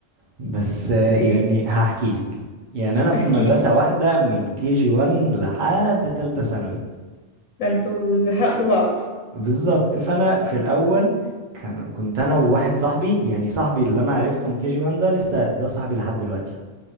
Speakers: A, on the right; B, on the left.
A: بس آه،
B: ليه
A: يعني هحكيلك يعني انا في
B: احكي
A: مدرسة
B: لي
A: واحدة من كي جي 1 لحد تالتة ثانوي
B: ده انتوا زهقتوا بعض
A: بالظبط فانا في الاول كان كنت انا وواحد صاحبي يعني صاحبي اللي انا عرفته من كي جي 1 ده لسه ده صاحبي لحد دلوقتي